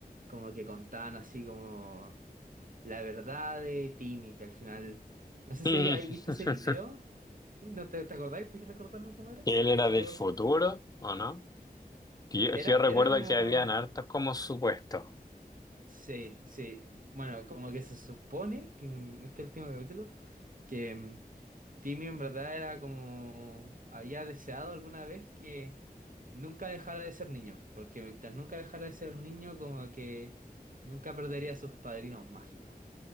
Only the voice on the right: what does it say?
como que contaban así como... La verdad de Timmy, que al final. No sé
si habéis visto ese video. ¿Sí? ¿No te, te acordáis? ¿Puedes recordarme cómo era?
¿Sí
te acordás?
Era,
era como.
Sí, sí. Bueno, como que se supone que en este último capítulo. Que mm, Timmy en verdad era como. Había deseado alguna vez que nunca dejara de ser niño. Porque mientras nunca dejara de ser niño, como que nunca perdería a sus padrinos mágicos.